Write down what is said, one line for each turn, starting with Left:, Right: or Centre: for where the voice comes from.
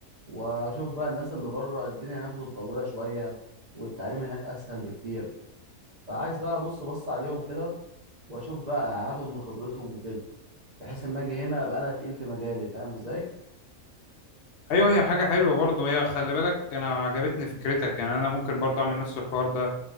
Right: واشوف بقى الناس اللي بره الدنيا هناك متطوره شويه والتعليم هناك اسهل بكتير فعايز بقى ابص بص عليهم كده واشوف بقى هاخد من خبرتهم وكده بحيث اما اجي هنا ابقى انا تقيل في مجالي فاهم ازاي
Left: ايوه هي حاجه حلوه برضه هي خلي بالك انا عجبتني فكرتك يعني انا ممكن برضه اعمل نفس الحوار ده